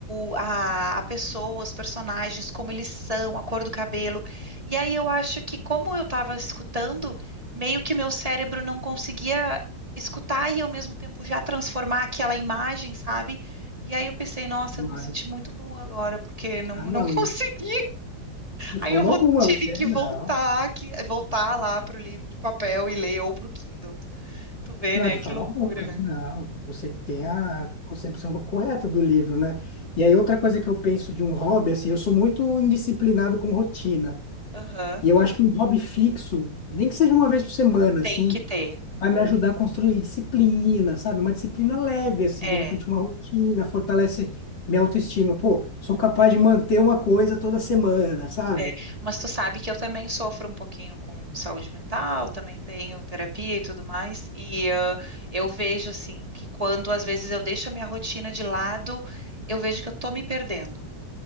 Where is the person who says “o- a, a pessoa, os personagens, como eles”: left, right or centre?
Right